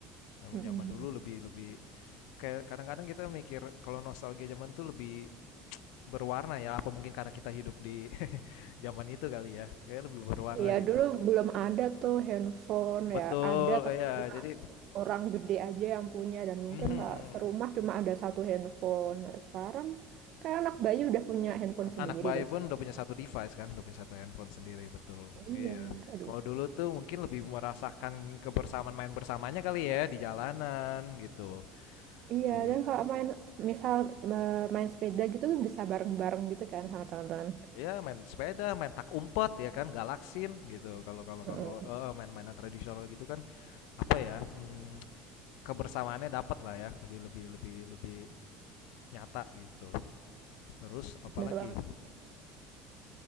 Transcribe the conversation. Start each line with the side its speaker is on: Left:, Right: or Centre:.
Left: Memang
Right: Mm-mm.
Left: zaman dulu lebih lebih kayak kadang-kadang kita mikir kalau nostalgia zaman tuh lebih berwarna ya. Apa mungkin karena kita hidup di <laughs> zaman itu kali ya. Kayak lebih berwarna
Right: Ya
Left: gitu.
Right: dulu belum ada tuh handphone
Left: Betul,
Right: ya ada tapi
Left: ya
Right: cuma
Left: Jadi
Right: orang gede aja yang punya dan mungkin
Left: mhm.
Right: kalau serumah cuma ada satu handphone. Nah, sekarang kayak anak bayi udah punya handphone
Left: anak
Right: sendiri
Left: bayi
Right: deh.
Left: pun udah punya satu device kan, udah punya satu handphone sendiri betul.
Right: Iya,
Left: Iya.
Right: aduh.
Left: Kalau dulu tuh mungkin lebih merasakan kebersamaan main bersamanya kali ya di jalanan gitu.
Right: Iya,
Left: Di
Right: dan kalau main misal me- main sepeda gitu bisa bareng-bareng gitu kan sama teman-teman.
Left: ya main sepeda, main tak umpet ya kan, galaksin gitu. Kalau kalau kalau
Right: Mm-mm.
Left: eh, main-mainan tradisional gitu kan apa ya? hmm, kebersamaannya dapat lah ya, lebih lebih lebih lebih nyata gitu. Terus apalagi
Right: Bener banget.